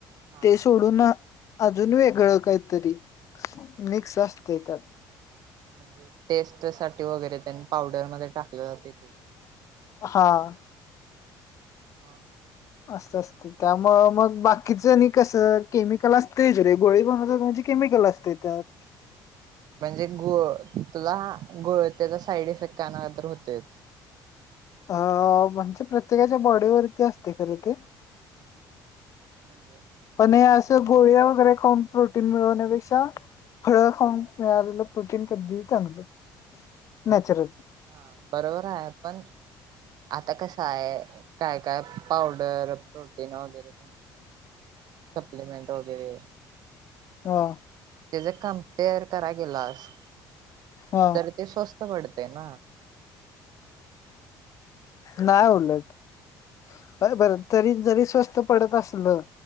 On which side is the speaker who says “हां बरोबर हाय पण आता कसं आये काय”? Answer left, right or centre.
Right